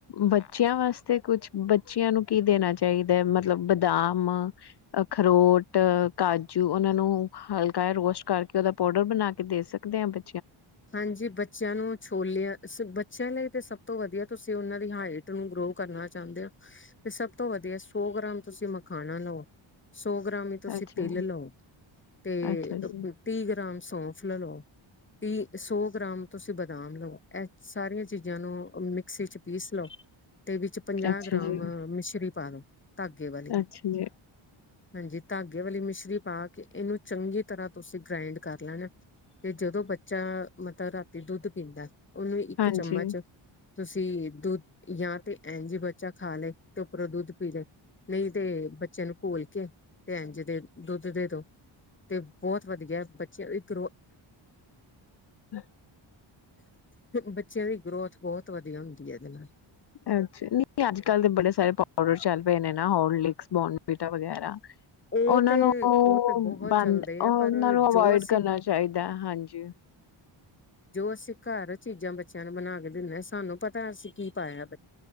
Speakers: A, on the left; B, on the left.
A: ਬੱਚਿਆਂ ਵਾਸਤੇ ਕੁਛ ਬੱਚਿਆਂ ਨੂੰ ਕੀ ਦੇਣਾ ਚਾਹੀਦਾ ਹੈ ਮਤਲਬ ਬਦਾਮ ਅਖਰੋਟ ਕਾਜੂ ਉਹਨਾਂ ਨੂੰ ਹਲਕਾ ਰੋਸਟ ਕਰਕੇ ਉਹਦਾ ਪਾੋਡਰ ਬਣਾ ਕੇ ਦੇ ਸਕਦੇ ਆ ਬ
B: ਹਾਂਜੀ ਬੱਚਿਆਂ ਨੂੰ ਛੋਲਿਆਂ ਬੱਚਿਆਂ ਲਈ ਤੇ ਸਭ ਤੋਂ ਵਧੀਆ ਤੁਸੀਂ ਉਹਨਾਂ ਦੀ ਹਾਈਟ ਨੂੰ ਗਰੋ ਕਰਨਾ ਚਾਹੁੰਦੇ ਹੋ ਤੇ ਸਭ ਤੋਂ ਵਧੀਆ ਸੌ ਗ੍ਰਾਮ ਤੁਸੀਂ ਮਖਾ ਹਨ ਨੂੰ ਸੌ ਗ੍ਰਾਮ ਹੀ ਤੁਸੀਂ
A: ਅੱਛਾ,
B: ਤਿਲ ਲਓ ਤੇ
A: ਅੱਛਾ ਜੀ,
B: ਤੀਹ ਗ੍ਰਾਮ ਸੌਫ ਲ ਲੋ ਵੀ ਸੌ ਗ੍ਰਾਮ ਤੁਸੀਂ ਬਦਾਮ ਲਓ ਇਹ ਸਾਰੀਆਂ ਚੀਜ਼ਾਂ ਨੂੰ ਮਿਕਸੀ ਚ ਪੀਸ ਲਓ ਤੇ ਵਿੱਚ ਪੰਜਾਹ
A: ਅੱਛਾ
B: ਗ੍ਰਾਮ
A: ਜੀ,
B: ਮਿਸ਼ਰੀ ਪਾਾਨ ਧਾਗੇ ਵਾਲੇ
A: ਅੱਛਾ ਜੀ।
B: ਹਾਂਜੀ ਧਾਗੇ ਵਾਲੀ ਮਿਸ਼ਰੀ ਪਾ ਕੇ ਇਹਨੂੰ ਚੰਗੀ ਤਰ੍ਹਾਂ ਤੁਸੀਂ ਗ੍ਰਾਇੰਡ ਕਰ ਲੈਣਾ ਤੇ ਜਦੋਂ ਬੱਚੇ ਜਾਂ ਮਤਲਬ ਰਾਤੀ ਦੁੱਧ ਪੀਂਦਾ ਉਹਨੂੰ ਇੱਕ
A: ਹਾਂਜੀ,
B: ਚਮਚ ਤੁਸੀਂ ਦੁੱਧ ਜਾਂ ਤੇ ਐਨ ਜਿ ਬੱਚਾ ਖਾ ਲੈ ਤੇ ਉੱਪਰੋਂ ਦੁੱਧ ਨਹੀਂ ਤੇ ਬੱਚਿਆਂ ਨੂੰ ਘੋਲ ਕੇ ਤੇ ਇੰਝ ਦੇ ਦੁੱਧ ਦੇ ਦੋ ਤੇ ਬਹੁਤ ਵਧੀਆ ਬੱਚੇ ਇੱਕ ਰੋ
A: ਹਮ
B: ਬੱਚਿਆਂ ਦੀ ਗਰੋਥ ਬਹੁਤ ਵਧੀਆ ਹੁੰਦੀ ਹੈ ਇਹਦੇ ਨਾਲ।
A: ਅੱਛਾ, ਨਹੀਂ ਤਾਂ ਅੱਜ ਕੱਲ ਦੇ ਬੜੇ ਸਾਰੇ ਪਾਊਡਰ ਚੱਲ ਪਏ ਨੇ ਨਾ, ਹੋਰਲਿਕਸ, ਬੋਰਨ। ਮਿਰਚਾਂ ਵਗੈਰਾ,
B: ਉਹ
A: ਉਹਨਾਂ
B: ਤੇ
A: ਨੂੰ
B: ਉਹ ਤੇ ਬਹੁਤ
A: ਬੰਦ
B: ਚੱਲਦੇ
A: ਉਹਨਾਂ
B: ਆ ਪਰ
A: ਨੂੰ
B: ਜੋ
A: ਅਵੋਇਡ
B: ਅਸੀਂ
A: ਕਰਨਾ ਚਾਹੀਦਾ, ਹਾਂਜੀ।
B: ਜੋ ਅਸੀਂ ਘਰ ਚੀਜ਼ਾਂ ਬੱਚਿਆਂ ਨੂੰ ਬਣਾ ਕੇ ਦਿੰਦੇ ਹਾਂ, ਸਾਨੂੰ ਪਤਾ ਅਸੀਂ ਕੀ ਪਾਇਆ।